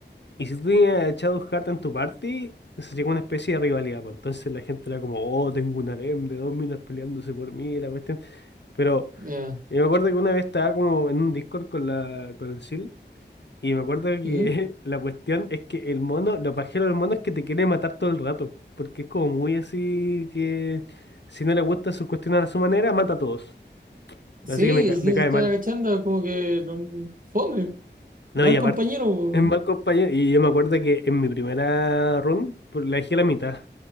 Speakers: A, on the left; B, on the right.
A: Y si tú tenías a Shadowheart en tu party, se llegó una especie de rivalidad, pues. Entonces la gente era como, oh, tengo un harem de dos minas peleándose por mí, la cuestión. Pero
B: Ya.
A: yo me acuerdo que una vez estaba como en un Discord con la con el Sil, y me acuerdo que
B: ujú.
A: <laughs> la cuestión es que el mono, lo pajero del mono es que te quiere matar todo el rato, porque es como muy así que si no le gusta su cuestión a su manera, mata a todos.
B: Sí,
A: Así que me, ca-
B: sí,
A: me cae
B: se está
A: mal.
B: agachando. Como que. no- Fome.
A: No,
B: Mal
A: y aparte
B: compañero.
A: es mal compañero, y yo me acuerdo que en mi primera run, pues, la dejé a la mitad.